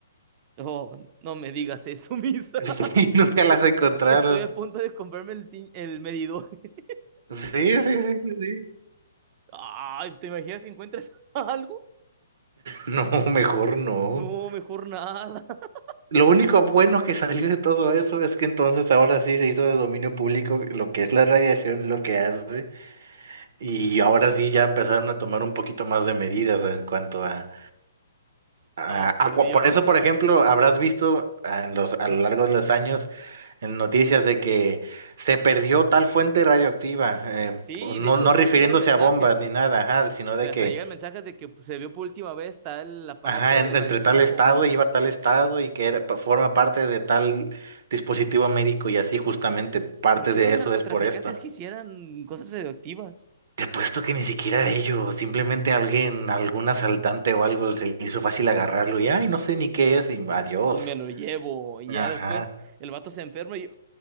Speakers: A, on the right (about 25°); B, on the right (about 55°).
A: no, no me digas eso, <laughs> Misa.
B: <laughs> Y nunca
A: Estoy,
B: las encontraron.
A: estoy a punto de comprarme el, pin- el medidor. <laughs>
B: Sí, sí, sí, sí, sí.
A: Ay, ¿te imaginas si encuentras <laughs> algo?
B: No, mejor no.
A: No, mejor nada. <laughs>
B: Lo único bueno que salió de todo eso es que entonces ahora sí se hizo de dominio público lo que es la radiación, lo que hace, y ahora sí ya empezaron a tomar un poquito más de medidas en cuanto a, a-
A: Ah, por
B: a cua-
A: Dios.
B: por eso, por ejemplo, habrás visto ah, en los, a
A: Ujú.
B: lo largo de los años en noticias de que se perdió tal fuente radioactiva, eh,
A: Sí,
B: no,
A: de hecho,
B: no
A: creo
B: refiriéndose
A: que llegan mensajes.
B: a bombas ni nada, ajá, sino de
A: De- Hasta
B: que
A: llegan mensajes de que pues, se vio por última vez tal aparato
B: Ajá, en-
A: de radiación
B: entre tal estado
A: con.
B: iba a tal estado y que era- pa- forma parte de tal dispositivo médico y así justamente parte
A: ¿Por qué
B: de
A: los
B: eso
A: narcotraficantes
B: es por esto.
A: quisieran cosas radioactivas?
B: Te apuesto que ni siquiera ellos, simplemente alguien, algún asaltante o algo se le hizo fácil agarrarlo y ay, no sé ni qué es y adiós.
A: me lo llevo. Y
B: Ajá,
A: ya después el vato se enferma y,